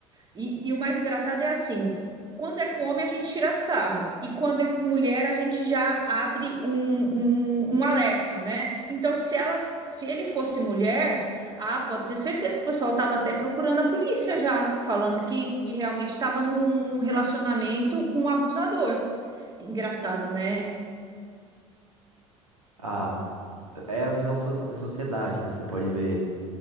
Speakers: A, on the right (about 25°); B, on the right (about 80°).
A: E, e o mais engraçado é assim, quando é com homem a gente tira sarro, e quando é com mulher a gente já abre um, um, um alerta, né? Então, se ela, se ele fosse mulher, ah, pode ter certeza que o pessoal estava até procurando a polícia já, falando que, que realmente estava num relacionamento com um abusador. Engraçado, né?
B: Ah, é a visão so- da sociedade, né? Você pode ver.